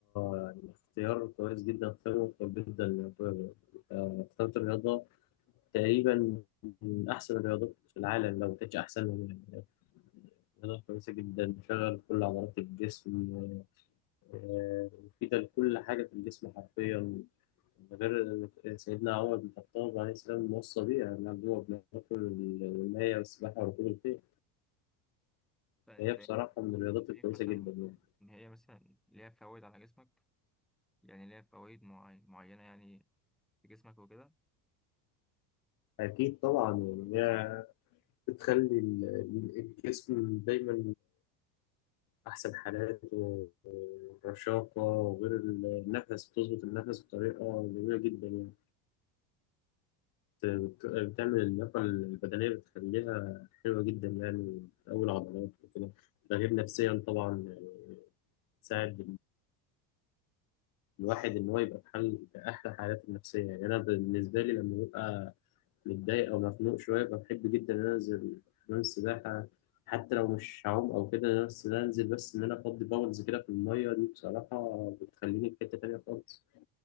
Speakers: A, on the left; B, in the centre.
A: يعني اختيار كويس جدا اختيار موفق جدا يا أخويا. آه، اخترت الرياضة تقريبا من أحسن الرياضات في العالم لو مكانتش أحسن من يعني رياضة كويسة جدا بتشغل كل عضلات الجسم آه، آه، مفيدة لكل حاجة في الجسم حرفيا غير سيدنا عمر بن الخطاب عليه السلام موصى بيها إن هو بناكل المية والسباحة وركوب الخيل
B: فانت
A: هي بصراحة من الرياضات
B: شايف
A: الكويسة
B: مثلا
A: جدا يعني
B: ان هي مثلا ليها فوائد على جسمك يعني ليها فوائد معي- معينه يعني في جسمك وكده
A: أكيد طبعا يعني هي بتخلي ال- ال- الجسم دايما أحسن حالاته ورشاقة وغير النفس بتظبط النفس بطريقة جميلة جدا يعني بت- بتعمل اللياقة البدنية بتخليها حلوة جدا يعني بتقوي العضلات وكده ده غير نفسيا طبعا تساعد الواحد ان هو يبقى في حال في احلى حالاته النفسيه يعني انا بالنسبه لي لما ببقى متضايق او مخنوق شويه بحب جدا ان انا انزل حمام السباحه حتى لو مش هعوم او كده بس إن أنا انزل بس ان انا افضي باولز كده في الميه دي بصراحه بتخليني في حته تانيه خالص